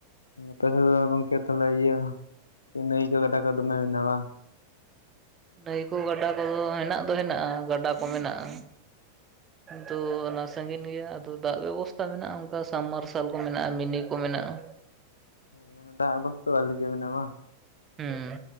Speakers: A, on the left; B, on the right.
A: <inaudible> ᱫᱚ ᱜᱚᱝᱠᱮ ᱛᱟᱦᱚᱞᱮ ᱤᱭᱟᱹ ᱱᱟᱹᱭ ᱠᱚ ᱜᱟᱰᱟ ᱠᱚ ᱫᱚᱢᱮ ᱢᱮᱱᱟᱜᱼᱟ᱾
B: ᱱᱟᱹᱭ ᱠᱚ ᱜᱟᱰᱟ ᱠᱚᱫᱚ ᱦᱮᱱᱟᱜ ᱫᱚ ᱦᱮᱼᱟ ᱜᱟᱰᱟ ᱠᱚ ᱢᱮᱱᱟᱜᱼᱟ ᱛᱳ ᱚᱱᱟ ᱥᱟᱺᱜᱤᱱ ᱜᱮᱭᱟ ᱟᱫᱚ ᱫᱟᱜ ᱵᱮᱵᱚᱥᱛᱟ ᱢᱮᱱᱟᱜᱼᱟ, ᱚᱱᱠᱟ ᱥᱟᱢᱵᱽᱢᱟᱨᱥᱟᱞ ᱠᱚ ᱢᱮᱱᱟᱜᱼᱟ, ᱢᱤᱱᱤ ᱠᱚ ᱢᱮᱱᱟᱜᱼᱟ᱾
A: <unintelligible> ᱟᱱᱮ <unintelligible> ᱰ <unintelligible> ᱵᱚᱥᱛᱣᱟᱞᱤᱠᱤ <unintelligible> ᱱᱟ ᱵᱟᱝ
B: ᱦᱮᱸ